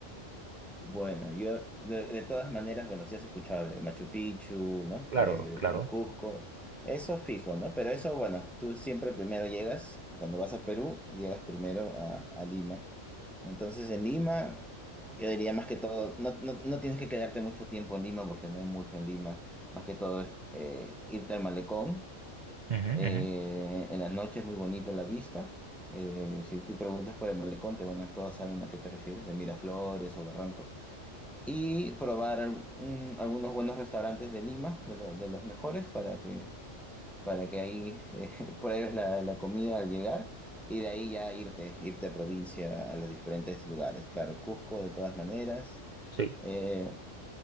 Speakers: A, in the centre; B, on the right.
A: Bueno, yo de, de todas maneras, bueno, sí has escuchado de Machu Picchu, ¿no?
B: Claro,
A: Eh,
B: claro.
A: en Cusco, eso fijo, ¿no? Pero eso, bueno, tú siempre primero llegas, cuando vas a Perú, llegas primero a, a Lima. Entonces en Lima, yo diría más que todo, no, no, no tienes que quedarte mucho tiempo en Lima porque no hay mucho en Lima, más que todo es eh, irte al malecón
B: Ujú,
A: Eh,
B: ujú,
A: en las noches muy bonito la vista. Eh, si tú preguntas por el malecón, te van a, todos saben a qué te refieres, de Miraflores o Barranco. Y probar al- un- algunos buenos restaurantes de Lima, de, lo- de los mejores, para que, para que ahí eh, <laughs> pruebes la, la comida al llegar. Y de ahí ya irte, irte a provincia, a los diferentes lugares. Claro, Cusco de todas maneras.
B: Sí.
A: Eh,